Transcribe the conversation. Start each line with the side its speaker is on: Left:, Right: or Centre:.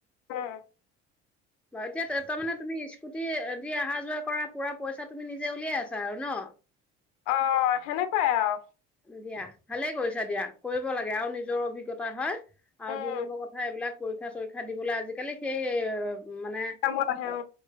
Left: হম
Centre: এতিয়া তাৰমানে তুমি্ দি অহা যোৱা কৰা পুৰা পইচা তুমি নিজে উলিয়াই আছা আৰু ন
Left: অ সেনেকুৱাই আৰু
Centre: দিয়া ভালে কৰিছা দিয়া কৰিব লাগে আৰু নিজৰ অভিজ্ঞতা হয় আৰু
Left: উম
Centre: দুই নম্বৰ কথা এইবিলাক পৰীক্ষা চৰীক্ষা দিবলৈ আজিকালি সেই মানে
Left: কামত আহে
Centre: অ